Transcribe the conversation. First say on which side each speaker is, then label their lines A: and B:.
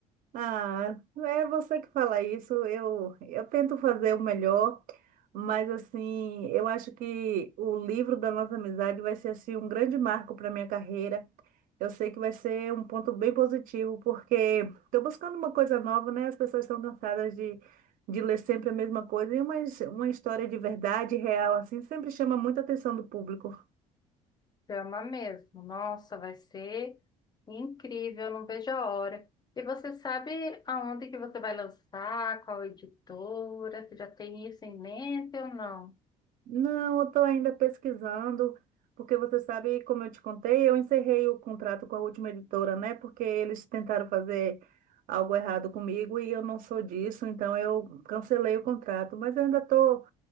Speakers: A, on the right; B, on the left.
A: Ah, é você que fala isso. Eu, eu tento fazer o melhor, mas assim, eu acho que o livro da nossa amizade vai ser assim um grande marco para minha carreira. Eu sei que vai ser um ponto bem positivo, porque estou buscando uma coisa nova, né? As pessoas estão cansadas de, de ler sempre a mesma coisa, e uma, uma história de verdade, real, assim, sempre chama muita atenção do público.
B: Chama mesmo. Nossa, vai ser incrível, eu não vejo a hora. E você sabe aonde que você vai lançar, qual editora? Você já tem isso em mente ou não?
A: Não, eu estou ainda pesquisando, porque você sabe, como eu te contei, eu encerrei o contrato com a última editora, né? Porque eles tentaram fazer algo errado comigo e eu não sou disso, então eu cancelei o contrato. Mas eu ainda estou